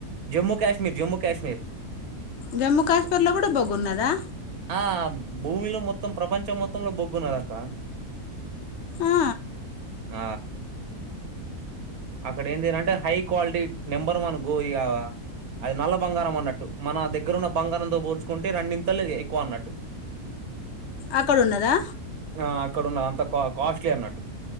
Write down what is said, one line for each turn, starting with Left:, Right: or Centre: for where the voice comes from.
Right: జమ్మూకాశ్మీర్ జమ్మూకాశ్మీర్
Left: జమ్మూ కాశ్మీర్ లో కూడా బొగ్గున్నదా
Right: ఆ భూమిలో మొత్తం ప్రపంచం మొత్తంలో బొగ్గున్నదక్క
Left: ఆ
Right: ఆ అక్కడ ఏందింటంటే హై క్వాలిటీ నెంబర్ వన్ గో ఇ అది నల్ల బంగారం అన్నట్టు మన దగ్గరున్న బంగారంతో పోడ్చుకుంటే రెండింతలు ఎక్కువ అన్నట్టు
Left: అక్కడ ఉన్నదా
Right: ఆ అక్కడ ఉన్నదంత కాస్ట్లీ అన్నట్టు